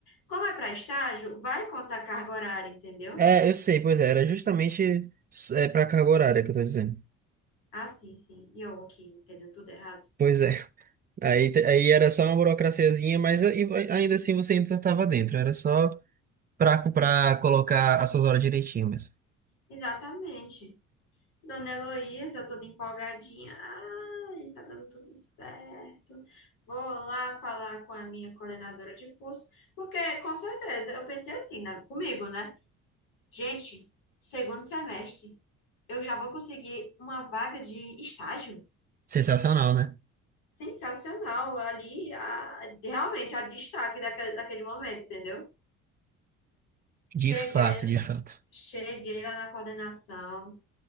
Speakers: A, on the left; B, on the right.
A: como é para estágio, vai contar carga horária, entendeu?
B: É, eu sei, pois é, era justamente é, para carga horária que eu tô dizendo.
A: Ah, sim, sim. E eu aqui entendendo tudo errado.
B: Pois é, aí, te- aí era só uma burocraciazinha, mas a- e ainda assim você ainda tava dentro, era só pra, co- pra colocar as suas horas direitinho mesmo.
A: Exatamente. Dona Heloísa, eu toda empolgadinha. Ai, tá dando tudo certo. Vou lá falar com a minha coordenadora de curso, porque com certeza eu pensei assim, né, comigo, né? Gente, segundo semestre, eu já vou conseguir uma vaga de estágio.
B: Sensacional, né?
A: Sensacional ali, a- realmente a destaque daquele, daquele momento, entendeu?
B: De
A: Cheguei,
B: fato, de fato.
A: cheguei lá na coordenação,